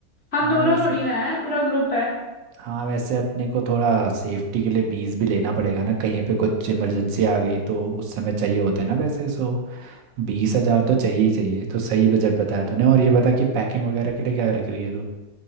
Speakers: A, on the left; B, on the right.
A: हम
B: हाँ
A: दोनों
B: वैसे
A: थोड़ी ना है पूरा ग्रुप है
B: हाँ वैसे अपने को थोड़ा सेफ्टी के लिए बीस भी लेना पड़ेगा ना कहीं पे कुछ इमरजेंसी आ गई तो उस समय चाहिए होते हैं ना वैसे सो बीस हजार तो चाहिए ही चाहिए तो सही बजट बताया तूने और ये बता कि पैकिंग वगैरह के लिए क्या रख रही है तू